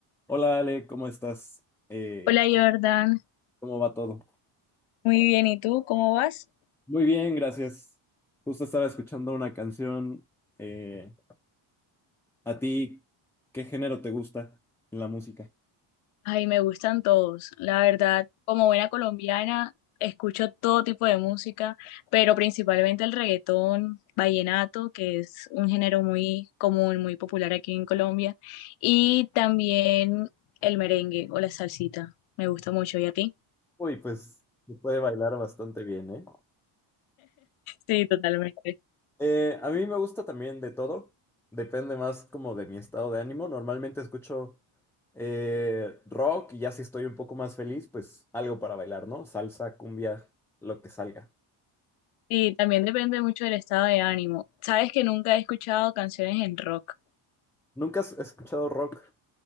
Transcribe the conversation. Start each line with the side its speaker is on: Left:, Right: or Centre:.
Centre: Hola Ale, ¿cómo estás? Eh,
Left: Hola Jordan,
Centre: ¿cómo va todo?
Left: Muy bien, ¿y tú cómo vas?
Centre: Muy bien, gracias. Justo estaba escuchando una canción. eh, ¿a ti qué género te gusta en la música?
Left: ay, me gustan todos, la verdad, como buena colombiana, escucho todo tipo de música, pero principalmente el reggaetón, vallenato, que es un género muy común, muy popular aquí en Colombia, y también el merengue o la salsita, me gusta mucho, ¿y a ti?
Centre: Uy, pues se puede bailar bastante bien, ¿eh?
Left: Sí, totalmente.
Centre: Eh, a mí me gusta también de todo. Depende más como de mi estado de ánimo. Normalmente escucho eh, rock y ya si estoy un poco más feliz, pues algo para bailar, ¿no? Salsa, cumbia, lo que salga.
Left: Y también depende mucho del estado de ánimo. Sabes que nunca he escuchado canciones en rock.
Centre: ¿Nunca has escuchado rock?